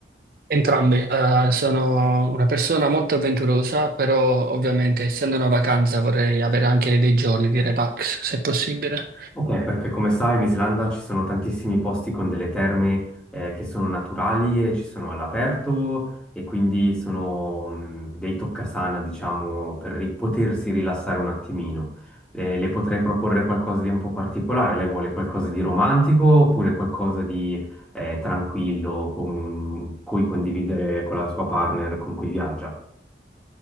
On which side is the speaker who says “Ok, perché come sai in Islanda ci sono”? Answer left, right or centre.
Centre